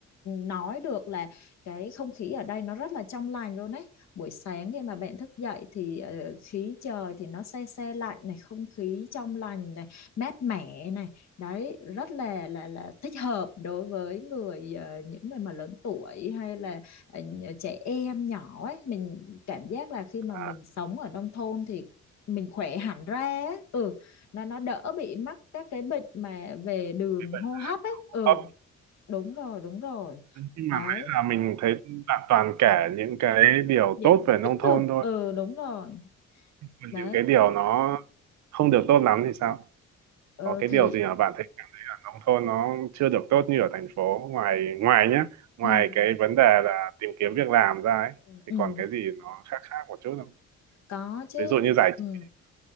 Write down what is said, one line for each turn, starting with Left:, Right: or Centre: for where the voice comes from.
Left: nói được là cái không khí ở đây nó rất là trong lành luôn ấy buổi sáng khi mà bạn thức dậy thì ờ, khí trời thì nó se se lạnh này không khí trong lành này mát mẻ này đấy rất là là là thích hợp đối với người ờ, những người mà lớn tuổi hay là ờ, nh- trẻ em nhỏ ấy mình cảm giác là khi mà
Right: à,
Left: mình sống ở nông thôn thì mình khỏe hẳn ra ấy. ừ nó nó đỡ bị mắc các cái bệnh mà về đường
Right: thế vậy.
Left: hô hấp ấy ừ
Right: Ờ,
Left: đúng rồi đúng rồi
Right: nhưng
Left: đấy
Right: mà nãy giờ mình thấy bạn toàn kể những cái điều
Left: điểm
Right: tốt về
Left: tích
Right: nông thôn
Left: cực
Right: thôi
Left: ừ đúng rồi
Right: còn
Left: đấy
Right: những cái điều nó không được tốt lắm thì sao
Left: Ờ
Right: có cái
Left: thì
Right: điều gì mà bạn thấy cả nông thôn nó chưa được tốt như ở thành phố ngoài ngoài nhá ngoài
Left: ừ,
Right: cái vấn đề là tìm kiếm việc làm ra ấy
Left: ừ,
Right: thì còn cái gì nó khác khác một chút không
Left: có chứ
Right: ví dụ như giải
Left: ừ.
Right: trí